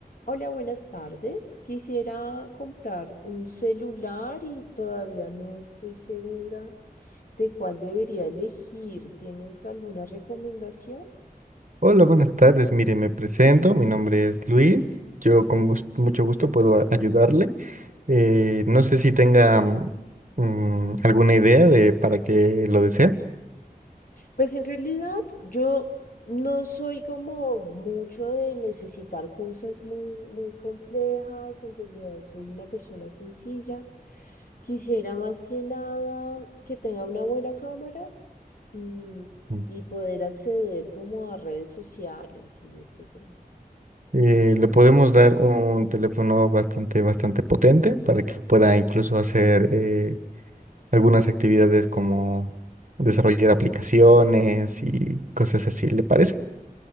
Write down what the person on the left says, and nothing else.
Hola, buenas tardes. Quisiera comprar un celular y todavía no estoy segura de cuál debería elegir. ¿Tienes alguna recomendación?
Pues en realidad yo no soy como mucho de necesitar cosas muy, muy complejas. En realidad soy una persona sencilla. Quisiera más que nada que tenga una buena cámara mm,
y poder acceder como a redes sociales y este tema.